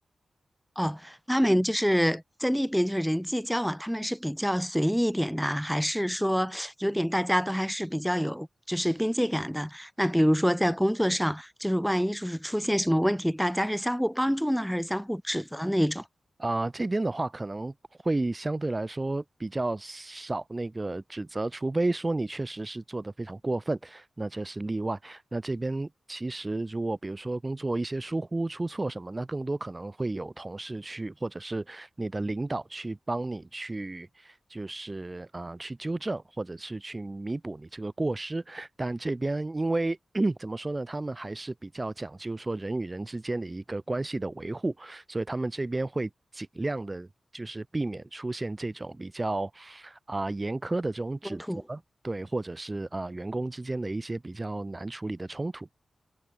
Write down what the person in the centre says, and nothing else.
哦，他们就是在那边，就是人际交往，他们是比较随意一点的，还是说有点大家都还是比较有就是边界感的？那比如说在工作上，就是万一就是出现什么问题，大家是相互帮助呢，还是相互指责的那一种
冲突？